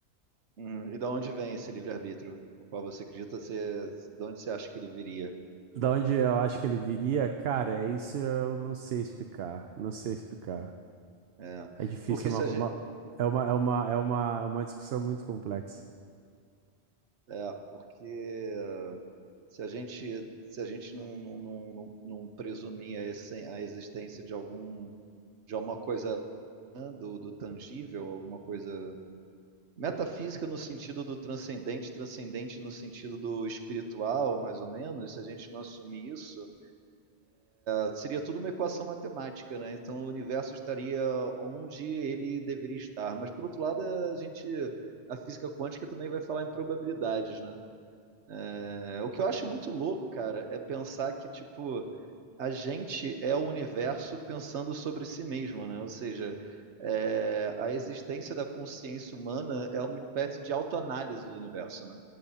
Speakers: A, on the right; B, on the right.
A: Uhum. E da onde vem esse livre-arbítrio? O qual você acredita ser... De onde você acha que ele viria?
B: Da onde eu acho que ele viria, cara, é isso eu não sei explicar, não sei explicar.
A: É.
B: É difícil,
A: Porque
B: é
A: se
B: uma,
A: a gente...
B: uma- é uma, é uma, é uma, é uma discussão muito complexa.
A: É, porque... se a gente, se a gente não, não, não, não, não presumir a, essen- a existência de algum de alguma coisa né, do, do tangível, alguma coisa metafísica no sentido do transcendente, transcendente no sentido do espiritual, mais ou menos, se a gente não assumir isso, ah, seria tudo uma equação matemática, né? Então o universo estaria onde ele deveria estar. Mas por outro lado, a gente a física quântica também vai falar em probabilidades, né? É, o que eu acho muito louco, cara, é pensar que, tipo, a gente é o universo pensando sobre si mesmo, né? Ou seja, é, a existência da consciência humana é uma espécie de autoanálise do universo, né?